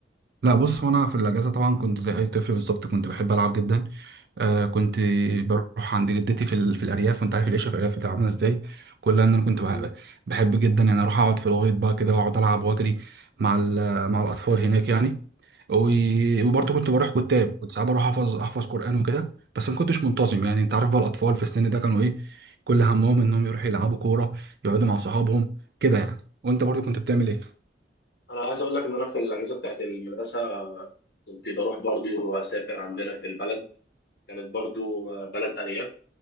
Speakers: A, on the right; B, on the left.
A: لا بص هو انا في الاجازه طبعا كنت زي اي طفل بالظبط كنت بحب العب جدا آه كنت بروح عند جدتي في, ال... في الارياف وانت عارف العيشه في الارياف بتبقى عامله ازاي كلها ان انا كنت بح-
B: مم.
A: بحب جدا يعني اروح اقعد في الغيط بقى كده واقعد العب واجري مع ال... مع الاطفال هناك يعني و... وبرضه كنت بروح كتاب كنت ساعات بروح احفظ احفظ قران وكده بس ما كنتش منتظم يعني انت عارف بقى الاطفال في السن ده كانوا ايه كل همهم انهم يروحوا يلعبوا كوره يقعدوا مع صحابهم كده يعني وانت برضه كنت بتعمل ايه
B: أنا عايز أقول لك إن أنا في الأجازة بتاعت المدرسة كنت بروح برضو وأسافر عندنا في البلد كانت برضو بلد أرياف